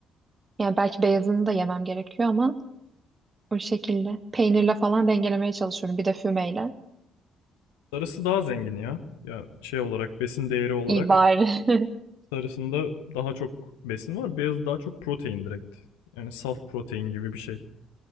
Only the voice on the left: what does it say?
Sarısı daha zengin ya. Ya şey olarak besin değeri olarak
sarısında daha çok besin var. Beyazı daha çok protein direkt. Yani saf protein gibi bir şey.